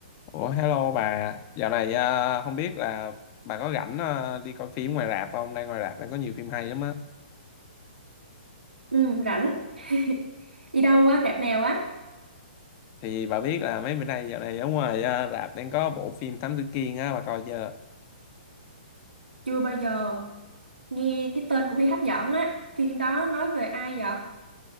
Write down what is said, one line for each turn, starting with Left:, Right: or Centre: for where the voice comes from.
Left: Ủa hello bà, dạo này à, không biết là bà có rảnh à, đi coi phim ngoài rạp không? Đang ngoài rạp đang có nhiều phim hay lắm á.
Right: Ừ, rảnh. <laughs> Đi đâu á, rạp nào á?
Left: Thì bà biết là mấy bữa nay dạo này ở ngoài à, rạp đang có bộ phim Thám Tử Kiên á, bà coi chưa?
Right: Chưa bao giờ. Nghe cái tên cũng thấy hấp dẫn á. Phim đó nói về ai vậy?